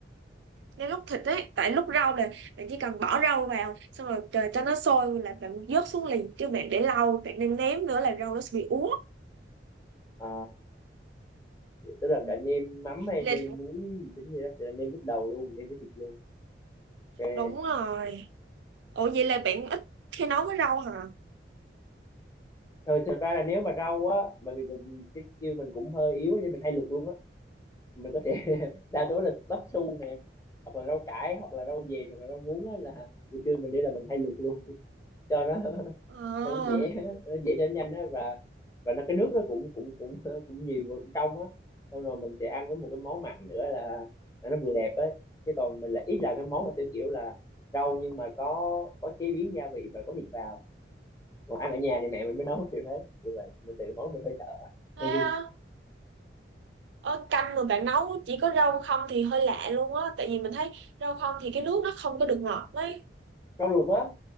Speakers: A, on the right (about 80°); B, on the left (about 20°).
A: Nếu lúc thịt ấy, tại lúc rau là bạn chỉ cần bỏ rau vào xong rồi chờ cho nó sôi là bạn vớt xuống liền chứ bạn để lâu bạn nên ném nữa là rau nó sẽ bị úa.
B: à tức là
A: Ừ.
B: cả nêm mắm hay
A: Vậy
B: nêm
A: là
B: muối gì tính gì đó sẽ là nêm lúc đầu luôn nêm với thịt luôn ok
A: đúng rồi. Ủa vậy là bạn ít khi nấu với rau hả?
B: thôi thật ra là nếu mà rau á bởi vì mình, cái skill mình cũng hơi yếu á, nên mình hay luộc luôn á mình có thể <laughs> đa số là bắp su nè hoặc là rau cải hoặc là rau dền hoặc là rau muống á là buổi trưa mình đi là mình hay luộc luôn cho nó
A: Ờ,
B: cho nó dễ <laughs> cho nó dễ cho nó nhanh á và và nó cái nước nó cũng cũng cũng <laughs> cũng nhiều và cũng trong á xong rồi mình sẽ ăn với một cái món mặn nữa là, là nó vừa đẹp á chứ còn mình là ít là cái món mà theo kiểu là rau nhưng mà có có chế biến gia vị và có thịt vào còn ăn ở nhà thì mẹ mình mới nấu <laughs> kiểu thế như vậy mình tự món mình hơi sợ
A: thế
B: hơi run
A: á. Ở canh mà bạn nấu chỉ có rau không thì hơi lạ luôn á tại vì mình thấy rau không thì cái nước nó không có được ngọt đấy
B: rau luộc á